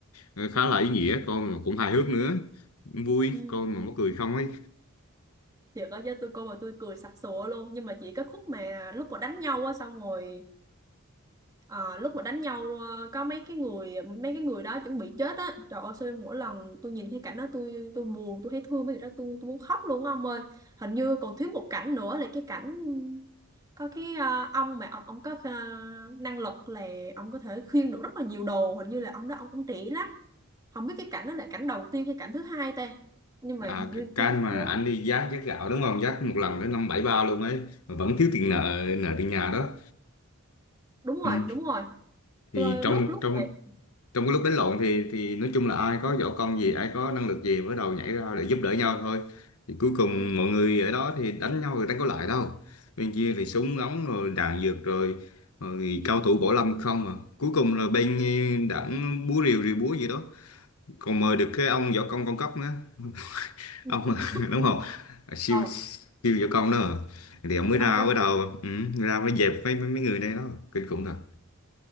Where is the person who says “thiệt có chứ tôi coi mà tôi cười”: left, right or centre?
Right